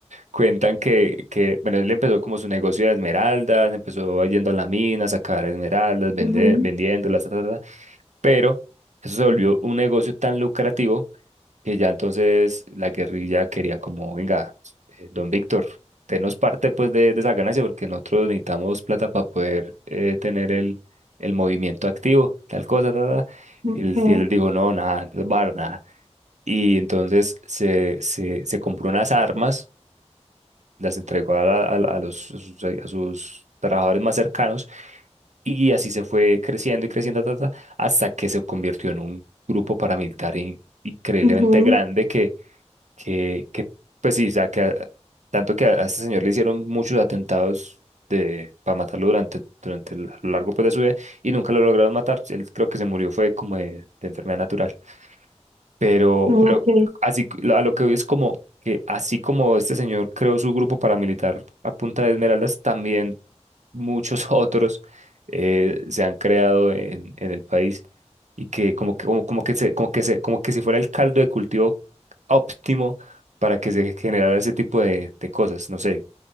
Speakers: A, on the right; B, on the right.
A: cuentan que, que, bueno, él empezó como su negocio de esmeraldas, empezó yendo a la mina, a sacar esmeraldas, vende-
B: Ujú,
A: vendiéndolas, ta, ta, ta, pero eso se volvió un negocio tan lucrativo que ya entonces la guerrilla quería como, venga, eh, don Víctor, tenos parte pues de, de esa ganancia porque nosotros necesitamos plata para poder eh, tener el, el movimiento activo, tal cosa, tal, tal.
B: ok,
A: Y él, y él les dijo, no, nada, no les va a dar nada. Y entonces se, se, se compró unas armas, las entregó a, la- a, la- a los, a sus, a sus trabajadores más cercanos y así se fue creciendo y creciendo, ta, ta, ta, hasta que se convirtió en un grupo paramilitar in- increíblemente
B: ujú,
A: grande que que, que pues sí, o sea, que a- tanto que a, a este señor le hicieron muchos atentados de, para matarlo durante, durante el- a lo largo pues, de su vida y nunca lo lograron matar. Él creo que se murió fue como de, de enfermedad natural. Pero,
B: ok.
A: pero así c- lo- a lo que hoy es como que así como este señor creó su grupo paramilitar a punta de esmeraldas, también muchos <laughs> otros eh, se han creado en, en el país y que como que como, como que se, como que se, como que si fuera el caldo de cultivo óptimo para que se generara ese tipo de, de cosas. No sé,